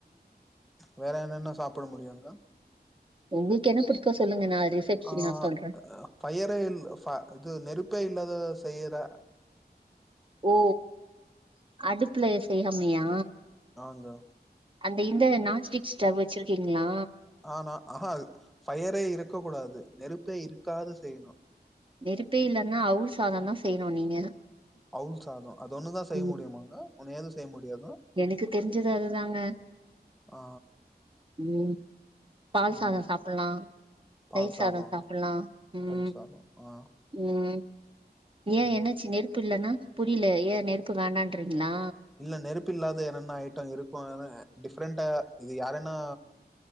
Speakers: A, in the centre; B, on the right.
A: வேற என்னென்ன சாப் போட முடியுங்க
B: உங்களுக்கு என்ன பிடிக்கூ சொல்லுங்க நா ரிசப்ஷன்
A: ஆஹ்
B: நா சொல்றே
A: ஃபயரே இல் இது நெருப்பே இல்லாத பெயரா
B: ஓ அடுப்புல செய்யாமய்யா
A: அங்க
B: அந்த இந்த நான்ஸ்டிக்ஸ் ஸ்டவு வச்சிருக்கீங்களா
A: ஆனா அஹா அது ஃபயரே இருக் இருக்க கூடாது நெருப்பே இருக்காத செய்யணும்
B: நெறுப்பே இல்லன்னா அவுள் சாதொ தா செய்யணு நீங்க
A: அவுல் சாதொ அது ஒன்னு தா செய்ய
B: ம்
A: முடியுமாங்க ஒன்னு ஏது செய்ய முடியாதா
B: எனக்கு தெரிஞ்சது அதுதாங்க
A: ஆ
B: உம் உம் பால்
A: ம்
B: சாதொ சாப்பிட்லா
A: பால்
B: தைர்
A: சாதோ
B: சாதொ சாப்பிட்லா உம்
A: தயிர் சாதோ ஆ
B: உம் ஏன்
A: ம்
B: என்னாச்சு நெருப்பு இல்லனா புரியில ஏ நெருப்பு வேண்டான்ரிங் நா
A: இல்ல நெருப்பு இல்லாத என்னென்ன ஐட்டம் இருக்கும் டிஃப்ரெண்டா இது யாருனா